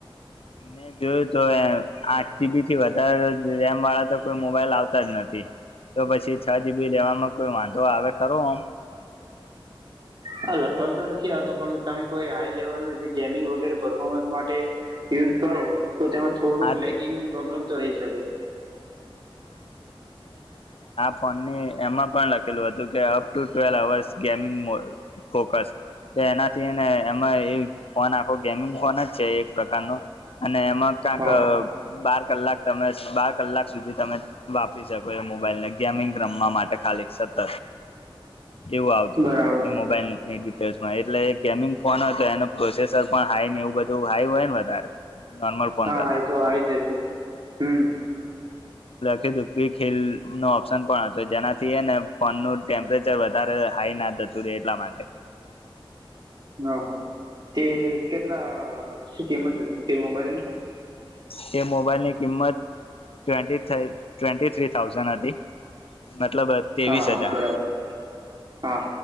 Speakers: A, on the left; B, on the right.
A: ને જો તો એ આઠ ટીબી થી વધારે રેમ વાળા તો કોઈ મોબાઈલ આવતા જ નથી તો પછી છ જીબી લેવામાં કોઈ વાંધો આવે ખરો ઓમ
B: હા લગભગ તો નથી આવતો પણ તમે કોઈ હાઈ લેવલ ન જે ગેમિંગ વગેરે પરફોર્મન્સ માટે યુઝ કરો તો તેમાં થોડુંક
A: હાથ
B: લેગિંગની પ્રોબ્લમ તો રેય સકે
A: ફને એમાં પણ લખેલું હતું કે up to twelve hours gaming focus તો એનાથી ને એમાં એ ફોન આ ગેમિંગ ફોન જ છે એક પ્રકાર નો અને માં ક્યાંક
B: હા હા
A: બાર કલાક તમે બાર કલાક સુધી વાપરી શકો એ મોબાઈલ ને ગેમ મિંગ રમવા માટે ખાલી સતત એવું આવતું
B: બરાબર
A: હતું એ મોબાઈલ ની કેસમાં એટલે એક ગેમિંગ ફોન હતો એનો પ્રોસેસર પણ હાઈ ને એવું બધું હાઈ હોય વધારે નોર્મલ ફોન
B: હા
A: કરતા
B: હા એતો આવી જશે હમ
A: કીધુ કે ખીલ નો ઓપ્શન પણ હતો જેનાથી એને ફોનનું ટેમ્પરેચર વધારે હાઈ ના જતું રે એટલા માટે
B: હ હા તે કેટલા કિમત હતી તે મોબાઈલની
A: કે મોબાઈલની કિંમત ટ્વેન્ટી ટ્વેન્ટી થ્રી ઠાઉન્સંડ હતી મતલબ ત્રેવીસ
B: હા હા
A: હજાર
B: બરાબર હા